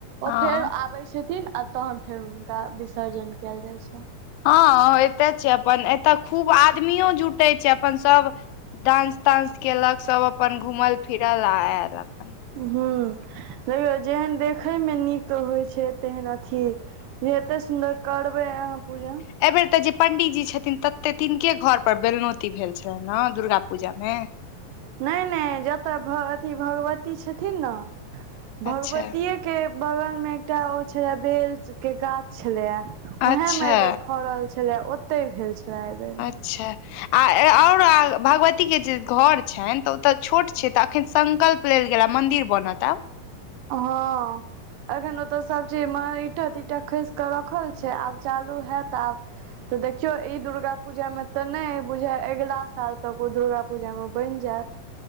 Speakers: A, on the right (about 80°); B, on the left (about 85°).
A: ओ
B: हँ
A: फेर आबै छथिन आ तहन फेर हुनका विसर्जन कयल जाइ छनि
B: हँ एते छै अपन एतऽ खूब आदमियो जुटे छै अपन सभ डानंस तानंस केलक सब अपन घूमल फिरल आ आयल अपन
A: ह ल जेहन देखयमे नीक होइ छै तेहन अथी भी एते सुन्दर करबै अहाँ पूजा
B: एहिबेर तऽ जे पंडीजी छथिन तते तिनके घर पर बेलनौती भेल छलनि ह दुर्गा पूजा मे।
A: नहि नहि जतऽ अथ भगवती छथिन ने
B: अच्छा
A: भगवतीेये के बगल में एकटा ओ छले बेल के गाछ छले, उएहेमे
B: अच्छा
A: एहि बेर फड़ल छलै ओतहि भेल छलए एहिबर
B: अच्छा। आ और भगवती के जे घर छनि तऽ ओतऽ छोट छै तऽ अखन संकल्प लेल गेला मन्दिर बनत अब
A: हँ। अखन ओतऽ सब चीज मे इट तीट खस के रखल छै आब चालू हयत आब तऽ देखियौ ई दुर्गा पूजामे तऽ नहि अइ बुझाइ अगिला साल तक ओ दुर्गा पूजामे बनि जायत